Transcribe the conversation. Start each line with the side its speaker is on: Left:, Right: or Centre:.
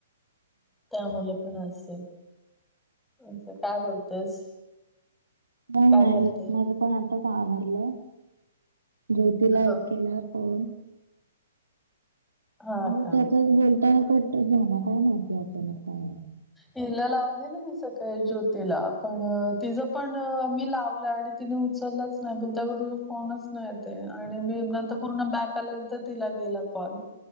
Centre: त्यामुळे पण असेल असं काय बोलतेस
Right: नाही
Centre: काय
Right: नाही
Centre: करते
Right: माझ पण आताच आवडलं ज्योतीला
Centre: हा
Right: एक केलं हो
Centre: हा
Right: मी
Centre: का
Right: त्याचाच बोलो ट घ्या ना काय माहितीता मग पाला
Centre: हिला लाव दे ना मी सकाळी ज्योतीला पण तिचं पण मी लावलं आणि तिने उचललंच नाही त्या तुझ फोनच नाही येते आणि मी नंतर पूर्ण बॅक त्याल्यानंतर तिला गेला कॉल